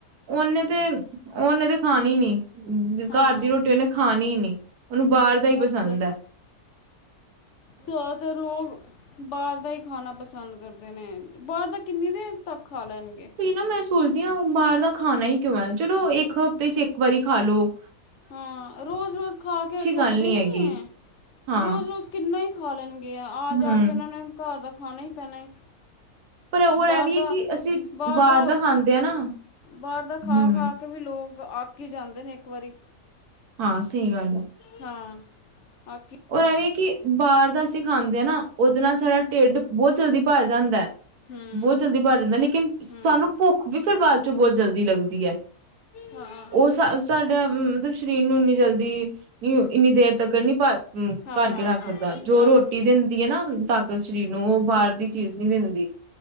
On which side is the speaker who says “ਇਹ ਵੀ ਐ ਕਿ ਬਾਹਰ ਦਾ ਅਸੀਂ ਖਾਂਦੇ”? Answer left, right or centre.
Right